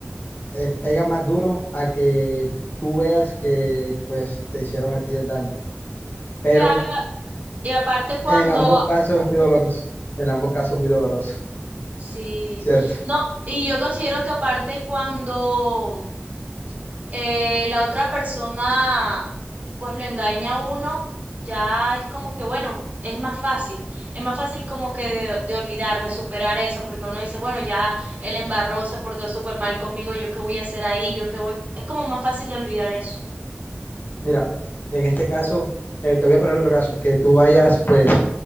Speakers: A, on the left (about 55°); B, on the right (about 45°).
A: eh, pega más duro a que tú veas que pues te hicieron a ti el daño. Pero
B: Claro, y aparte cuando,
A: en ambos casos es muy doloroso. En ambos casos muy doloroso,
B: sí,
A: ¿cierto?
B: no, y yo considero que aparte cuando eh, la otra persona pues lo engaña a uno, ya es como que bueno, es más fácil, es más fácil como que de, de olvidar, de superar eso, porque uno dice, bueno, ya él embarró, se portó súper mal conmigo, yo qué voy a hacer ahí, yo qué voy, es como más fácil de olvidar eso,
A: Mira, en este caso, eh, te voy a poner otro caso, que tú vayas, pues,